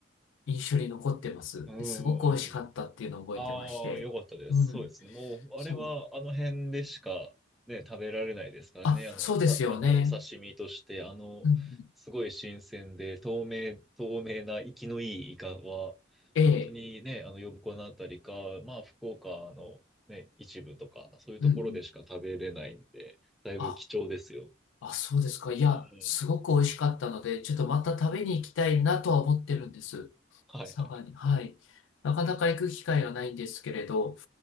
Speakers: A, on the left (about 80°); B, in the centre.
A: 印象に残ってます。
B: うんうんうんうん。
A: で、すごく美味しかったっていうのを覚えてまして。
B: ああ、よかったです。
A: うん、
B: そうですね。もう、
A: そう。
B: あれはあの辺でしかね、食べられないですからね。
A: あ、
B: あの、
A: そうですよね。
B: さ、あの、お刺身として、あの、
A: うん、うん、
B: すごい新鮮で、透明、透明な、生きのいいイカは、
A: ええ、
B: 本当にね、あの、呼子のあたりか、まあ、福岡のね、一部とか、そういうところでしか食べれないんで、
A: うん、うん。
B: だいぶ貴重ですよ。
A: あ、あ、そうですか。いや、
B: うん。
A: すごく美味しかったので、ちょっとまた食べに行きたいなとは思ってるんです。
B: はいはい。
A: 佐賀に。はい。なかなか行く機会がないんですけれど、